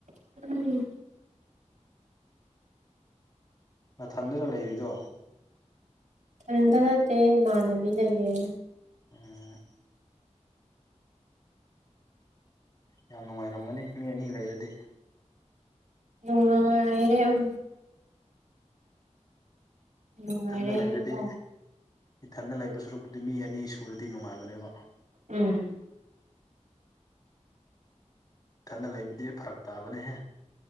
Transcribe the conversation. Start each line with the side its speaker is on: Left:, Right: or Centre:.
Right: <unintelligible>
Left: ꯅꯥꯊꯟꯗꯔꯥ ꯂꯩꯔꯤꯗꯣ
Right: ꯊꯟꯗ ꯅꯠꯇꯦ ꯏꯃꯥꯟꯅꯕꯤ ꯂꯩꯌꯦ
Left: ꯑꯣ ꯌꯥꯝ ꯅꯨꯡꯉꯥꯏꯔꯝꯒꯅꯤ ꯃꯤ ꯑꯅꯤ ꯂꯩꯔꯗꯤ
Right: ꯅꯨꯡꯉꯥꯏꯔꯦ ꯎꯝ ꯅꯨꯡꯉꯥꯏꯔꯦ
Left: ꯏꯊꯟꯗ ꯂꯩꯔꯗꯤ
Right: ꯍꯥꯏꯇꯥꯔꯦ
Left: ꯏꯊꯟꯗ ꯂꯩꯕ ꯁꯨꯔꯛꯄꯨꯗꯤ ꯃꯤ ꯑꯅꯤ ꯁꯨꯔꯗꯤ ꯅꯨꯡꯉꯥꯏꯕꯅꯦꯕ
Right: ꯎꯝ
Left: ꯢꯊꯟꯗ ꯂꯩꯕꯗꯤ ꯐꯔꯛ ꯇꯥꯕꯅꯦꯍꯦ